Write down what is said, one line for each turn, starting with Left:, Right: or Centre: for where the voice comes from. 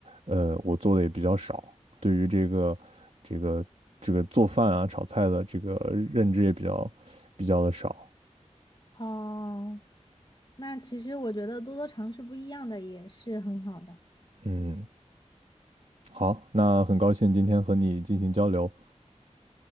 Right: 呃我做的也比较少，对于这个这个这个做饭啊炒菜的这个认知也比较比较的少。
Left: 哦，那其实我觉得多多尝试不一样的也是很好的。
Right: 嗯，好，那很高兴今天和你进行交流，